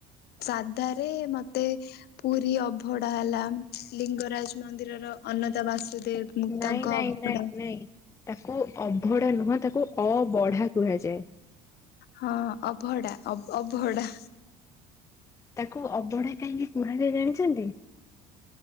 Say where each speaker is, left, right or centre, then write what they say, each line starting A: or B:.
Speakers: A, on the left (about 55°); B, on the left (about 15°).
A: ସାଧା ରେ ମତେ ପୁରୀ ଅଭଡା ହେଲା। ଲିଙ୍ଗରାଜ ମନ୍ଦିରର ଅନନ୍ତା ବାସୁଦେବ।
B: ନାଇଁ
A: ତାଙ୍କ
B: ନାଇଁ
A: ଅଭଡା
B: ନାଇଁ ନାଇଁ ତାକୁ ଅଭଡା ନୁହଁ ତାକୁ ଅବଢା କୁହାଯାଏ।
A: ହଁ ଅଭଡା ଅବହଡା।
B: ତାକୁ ଅବଢା କାହିଁକି କୁହାଯାଏ ଜାଣିଛନ୍ତି?